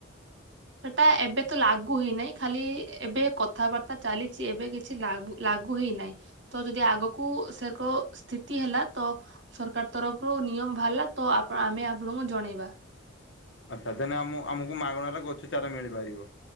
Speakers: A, on the right (about 70°); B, on the left (about 70°).
A: ସେଟା ଏବେ ତ ଲାଗୁ ହେଇନାହିଁ ଖାଲି ଏବେ କଥାବାର୍ତ୍ତା ଚାଲିଛି ଏବେ କିଛି ଲାଗୁ ଲାଗୁ ହେଇନାହିଁ ତ ଯଦି ଆଗକୁ ସେରକ ସ୍ଥିତି ହେଲା ତ ସରକାର ତରଫରୁ ନିୟମ ଭହାରିଲା ତ ଆମେ ଆପଣଙ୍କୁ ଜଣେଇବା।
B: ଆଚ୍ଛା ତନେ ଆମ ଆମକୁ ମାଗଣାର ଗଛ ଚାରା ମିଳିପାରିବ।